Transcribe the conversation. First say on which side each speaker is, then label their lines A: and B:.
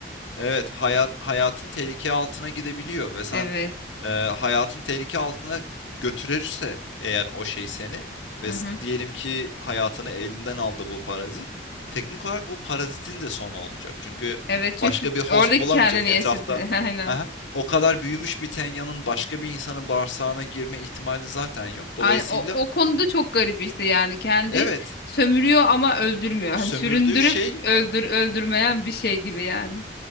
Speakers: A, on the left; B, on the left.
A: Evet, hayat hayatın tehlike altına gidebiliyor ve sen,
B: Evet.
A: eee, hayatın tehlike altına götürürse eğer o şey seni ve
B: Hı
A: s-
B: hı.
A: diyelim ki hayatını elinden aldı bu parazit. Teknik olarak bu parazitin de sonu olacak. Çünkü
B: Evet çünkü
A: başka bir host
B: orada
A: bulamayacak
B: kendini
A: etrafta.
B: yaşadı. <laughs> Aynen.
A: Aha, o kadar büyümüş bir tenyanın başka bir insanın bağırsağına girme ihtimali zaten yok. Dolayısıyla
B: Aynen. O, o konuda çok garip işte yani kendi
A: evet,
B: sömürüyor ama öldürmüyor. Hani
A: sömürdüğü
B: süründürüp
A: şey
B: öldür öldürmeyen bir şey gibi yani.